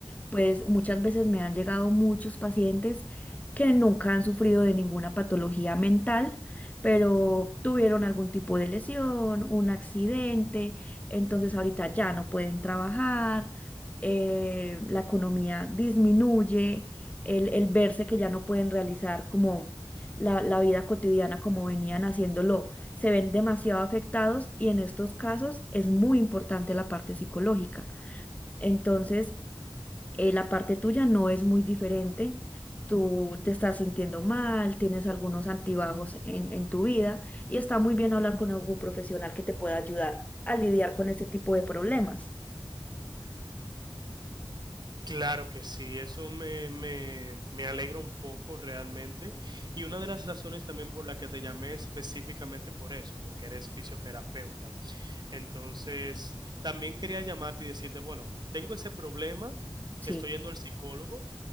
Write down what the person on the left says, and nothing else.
Pues muchas veces me han llegado muchos pacientes que nunca han sufrido de ninguna patología mental, pero tuvieron algún tipo de lesión, un accidente, entonces ahorita ya no pueden trabajar, eh, la economía disminuye, el, el verse que ya no pueden realizar como la, la vida cotidiana como venían haciéndolo, se ven demasiado afectados y en estos casos es muy importante la parte psicológica. Entonces, eh, la parte tuya no es muy diferente. Tú te estás sintiendo mal, tienes algunos antibajos en, en tu vida y está muy bien hablar con algún profesional que te pueda ayudar a lidiar con este tipo de problemas.
Sí.